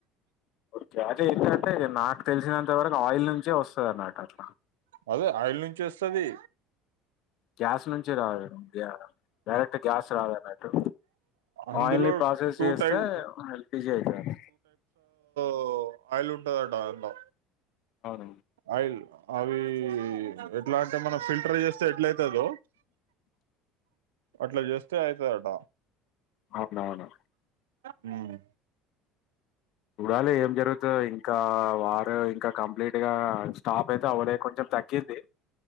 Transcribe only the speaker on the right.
అదే ఆయిల్ నుంచి వస్తాది
అందులో
టూ
టైప్
ఓం ఆయిల్ ఉంటదంటా అందులో
ఆయిల్ అవి ఎట్లా అంటే మనం ఫిల్టర్ చేస్తే ఎట్ల అయితదో అట్లా చేస్తే అయితదటా.
హ్